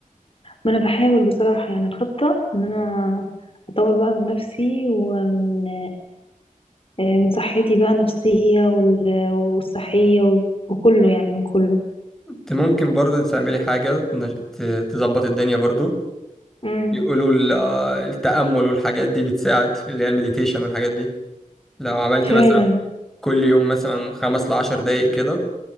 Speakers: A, on the left (about 40°); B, in the centre.
A: ما انا بحاول بصراحة يعني الخطة ان انا اطور بقى من نفسي ومن آه، من صحتي بقى النفسية وال- والصحية وال- وكله يعني من كله
B: انت ممكن برضه تعملي حاجه تنج- ت- تظبط الدنيا برضه
A: امم
B: يقولوا ال- التأمل والحاجات دي بتساعد اللي هي المديتيشن والحاجات دي لو عملت
A: فعلا
B: مثلا كل يوم مثلا خمس لعشر دقايق كده